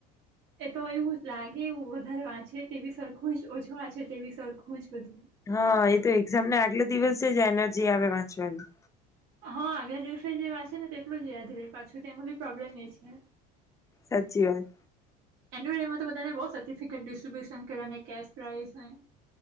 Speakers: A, on the right; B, on the left.
A: એ તો એવું લાગે એવું વધારે વાચે તે બી સરખું જ ઓછુ વાચે તે બી સરખું જ બધું
B: હા એજ તે એક્ઝામને આગલે દિવસે જ એનર્જી આવે વાંચવાની
A: હા આગલા દિવસે જે વાંચે તેટલું જ યાદી રહે પ છું તેમાં બી પ્રોબ્લેમ એ છે
B: સાચી વાત
A: એન્યુઅલ ડે માં તો બધાને બો સર્ટિફિકેટ ડિસ્ટ્રીિબ્યુશન કર ને કેશ પ્રાઈસ ને